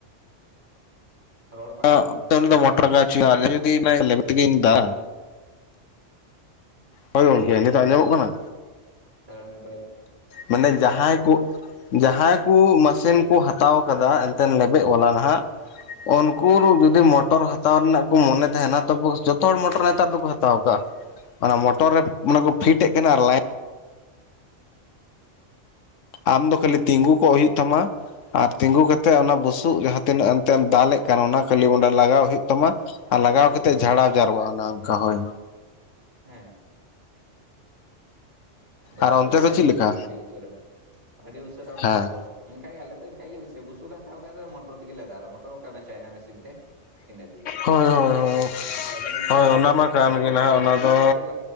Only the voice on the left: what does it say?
ᱟᱜ,
ᱩᱱᱤ ᱫᱚ ᱢᱚᱴᱚᱨ ᱜᱟᱪᱷᱤ ᱟᱨ ᱡᱚᱫᱤ ᱞᱮᱵᱮᱫ ᱛᱮᱜᱤᱧ ᱫᱟ ᱦᱳᱭ ᱜᱚᱢᱠᱮ ᱱᱤᱛᱳᱜ ᱟᱸᱡᱚᱢᱚᱜ ᱠᱟᱱᱟ?
ᱢᱟᱱᱮ ᱡᱟᱦᱟᱸᱭ ᱠᱩᱫ ᱡᱟᱦᱟᱸᱭ ᱠᱩ ᱢᱟᱥᱮᱱ ᱠᱩ ᱦᱟᱛᱟᱣ ᱠᱟᱫᱟ ᱮᱱᱛᱮᱱ ᱞᱮᱵᱮᱜ. ᱵᱟᱞᱟ ᱱᱟᱦᱟᱜ ᱩᱱᱠᱩ ᱡᱩᱫᱤ ᱢᱚᱴᱚᱨ ᱦᱟᱛᱟᱣ ᱨᱮᱱᱟᱜ ᱠᱚ ᱢᱚᱱᱮ ᱛᱟᱦᱮᱱᱟ ᱛᱚᱵᱚᱥ ᱡᱚᱛᱚ ᱦᱚᱲ ᱢᱚᱴᱚᱨ ᱱᱮᱛᱟᱨ ᱫᱚᱠᱚ ᱦᱟᱛᱟᱣ ᱟᱠᱟᱜᱼᱟ ᱾ ᱚᱱᱟ ᱢᱚᱴᱚᱨ ᱨᱮ ᱚᱱᱟ ᱠᱚ ᱯᱷᱤᱴ ᱮᱜ ᱠᱟᱱᱟ ᱟᱨ ᱞᱟᱭ ᱟᱢᱫᱚ ᱠᱷᱟᱹᱞᱤ ᱛᱤᱸᱜᱩ ᱠᱚᱜ ᱦᱳᱭᱳᱜ ᱛᱟᱢᱟ ᱟᱨ ᱛᱤᱸᱜᱩ ᱠᱟᱛᱮᱜ
ᱚᱱᱟ ᱵᱩᱥᱩᱵ ᱜᱮ ᱦᱟᱛ ᱛᱤᱱᱟᱹᱜ ᱮᱱᱛᱮᱢ ᱫᱟᱞᱮᱜ ᱠᱟᱱ ᱚᱱᱟ ᱠᱷᱟᱹᱞᱤ ᱚᱸᱰᱮ ᱞᱟᱜᱟᱣ
ᱦᱳᱭᱳᱜ ᱛᱟᱢᱟ ᱟᱨ ᱞᱟᱜᱟᱣ ᱠᱟᱛᱮ
ᱡᱷᱟᱲᱟᱣ ᱡᱟᱨᱚᱣᱟ ᱚᱱᱮ ᱚᱱᱠᱟ, ᱦᱳᱭ
ᱟᱨ ᱚᱱᱛᱮ
ᱪᱮᱫ
ᱞᱮᱠᱟ
ᱦᱮᱸ
ᱦᱳᱭ ᱦᱳᱭ ᱦᱳᱭ
ᱦᱳᱭ
ᱚᱱᱟ
ᱢᱟ
ᱠᱟᱱ
ᱜᱮ
ᱱᱟᱦᱟᱜ
ᱚᱱᱟ
ᱫᱚ